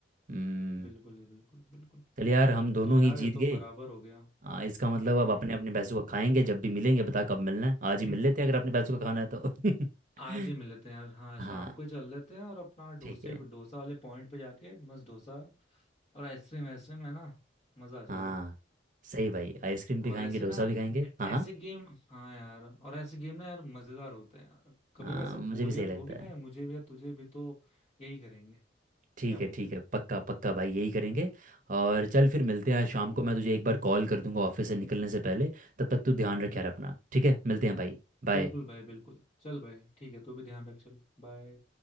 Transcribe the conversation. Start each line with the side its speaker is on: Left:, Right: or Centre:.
Right: हम्म
Left: बिल्कुल ये बिल्कुल बिल्कुल
Right: चल यार हम दोनों
Left: तो यार
Right: ही जीत
Left: ये
Right: गए
Left: तो बराबर हो गया
Right: हाँ इसका मतलब
Left: हम्म
Right: अब अपने अपने पैसों का खाएंगे जब भी मिलेंगे बता कब मिलना है आज ही मिल लेते
Left: <laughs>
Right: हैं अगर अपने पैसों का खाना है तो
Left: आज
Right: <laughs>
Left: ही मिल लेते हैं यार हाँ शाम
Right: हाँ
Left: को ही चल लेते हैं और अपना
Right: ठीक
Left: डोसे
Right: है
Left: डोसा वाले पॉइंट पे जाके मस्त डोसा और आइसक्रीम आइसक्रीम है ना मजा आ जाएगा
Right: हाँ सही भाई आइसक्रीम
Left: और
Right: भी खाएंगे
Left: ऐसे
Right: डोसा
Left: ना
Right: भी खाएंगे
Left: ऐ-
Right: हाँ हाँ
Left: ऐसे गेम हाँ यार और ऐसे गेम ना यार मजेदार होते हैं यार कभी
Right: हाँ,
Left: वैसे
Right: मुझे
Left: बोरियत
Right: भी सही लगता
Left: होगी ना
Right: है
Left: मुझे भी या तुझे भी तो यही करेंगे
Right: ठीक
Left: क्या बोलते
Right: है ठीक
Left: हैं
Right: है पक्का पक्का भाई यही करेंगे और चल फिर मिलते
Left: हम्म
Right: हैं आज शाम
Left: हम्म
Right: को
Left: हम्म
Right: मैं तुझे एक बार कॉल कर दूंगा ऑफिस से निकलने से पहले तब तक तू ध्यान रखे यार अपना ठीक है मिलते हैं भाई
Left: बिल्कुल
Right: बाय
Left: भाई बिल्कुल चल भाई ठीक है तू भी ध्यान रख चल बाय